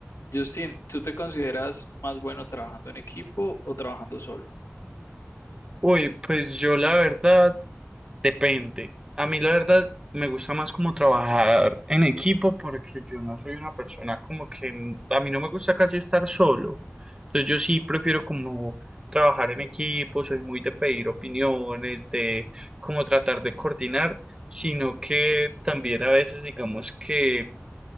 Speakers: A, on the left; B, on the right.
A: Justin, ¿tú te consideras más bueno trabajando en equipo o trabajando solo?
B: Uy, pues yo la verdad, depende. A mí la verdad me gusta más como trabajar en equipo porque yo no soy una persona como que mm, a mí no me gusta casi estar solo. Entonces yo sí prefiero como trabajar en equipo, soy muy de pedir opiniones, de como tratar de coordinar, sino que también a veces digamos que